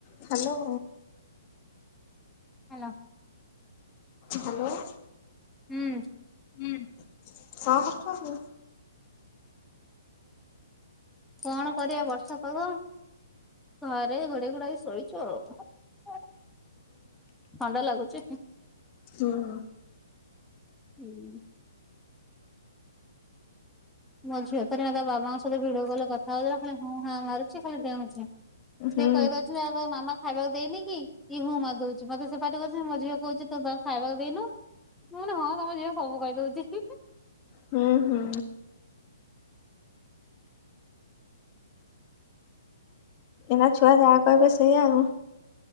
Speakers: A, on the left (about 30°); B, in the centre.
A: Hello.
B: Hello.
A: Hello.
B: ହୁଁ।
A: ହୁଁ। କଣ କରୁଚନ୍ତି?
B: କଣ କରିବା ବର୍ଷା ପାଗ, ଘରେ ଘୋଡେଇ ଘୁଡାକି ଶୋଇଚୁ ଆଉ। ଥଣ୍ଡା ଲାଗୁଚି।
A: ଶୁଣୁ- -
B: ହୁଁ ମୋ ଝିଅ ଥରେ ନା ତା ବାବାଙ୍କ ସହିତ ଭିଡିଓ କଲ କଥା ହଉଥିଲା ଖାଲି ହଁ ହଁ ମାରୁଚି ଖାଲି ଡେଉଁଚି।
A: ହୁଁ
B: ସେ କହିଦଛନ୍ତି ଆ ମାମା ଖାଇବାକୁ ଦେଇନି କି? ଇ ହୁ ମାରି ଦଉଛି ମତେ ସେ ପାଟି କ ମୋ ଝିଅ କହୁଛି ତୁ ଖାଇବାକୁ ଦେଇନୁ ହଁ ତମ ଝିଅ- - ସବୁ କହି ଦଉଛି ହିଁ ହୁଁ
A: ହୁଁ ହୁଁ ଏଇନା ଛୁଆ ଯାହା କହିବେ ସେୟା ଆଉ।